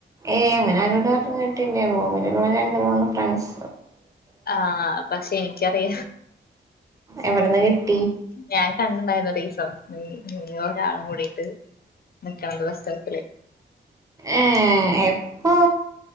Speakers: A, on the right; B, on the left.
A: ഏയ് അങ്ങനെ ആരോടും അറിഞ്ഞിട്ടില്ല റൂമില് രണ്ട് മൂന്ന്ഫ്രണ്ട്സ്
B: ആ പക്ഷെ ഇനിക്കറിയാം
A: എവട്ന്ന് കി
B: ഞാൻ കണ്ടിണ്ടായിര്ന്ന് ഒരീസം <unintelligible> <unintelligible> ഒരാളും കൂടി ണ്ട് <unintelligible>
A: ഏ എപ്പോ